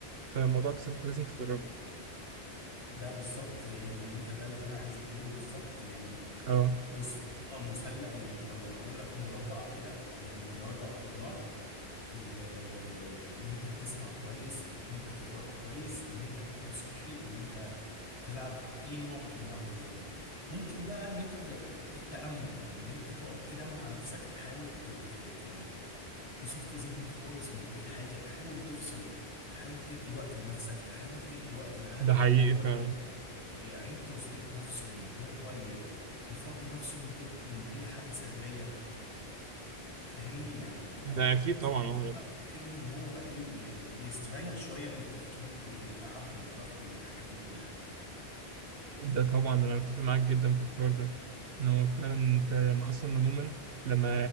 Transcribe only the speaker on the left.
ده بالظبط يعني انت ده اللي انا عايز اقوله بالظبط يعني
بص هما مثلث يعني او هقول لك مربع كده يعني من اربع اضلاع ال- ان انت تسمع كويس ان انت تقرا كويس ان انت تاكل صحي ان انت تلعب اي نوع من انواع الرياضه ممكن بقى ان انت التامل يعني ان انت تقعد كده مع نفسك تحاول ت- ت- ت- تصفي ذهنك خالص من اي حاجه تحاول تفصل تحاول تدي وقت لنفسك تحاول تدي وقت لعقلك
ان هو
ي- يعيد تظبيط نفسه وان هو ي- يفضي نفسه من كد من اي حاجه سلبيه فاهمني يعني يعني
تديله
وقته كده ان هو ايه يعني يستريح شويه من التفكير ومن التعب ومن الضغط ومن الحاجات دي كلها